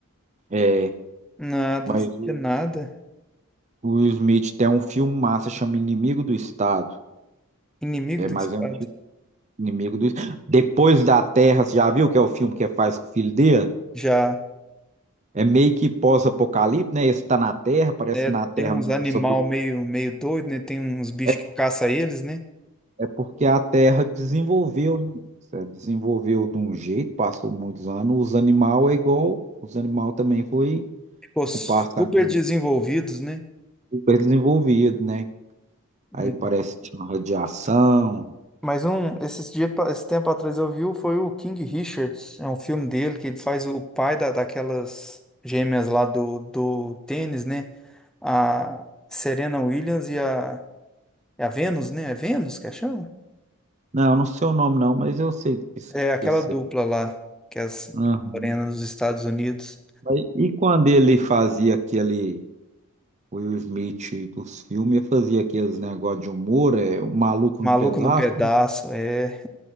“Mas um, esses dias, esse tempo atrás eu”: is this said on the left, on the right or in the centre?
Centre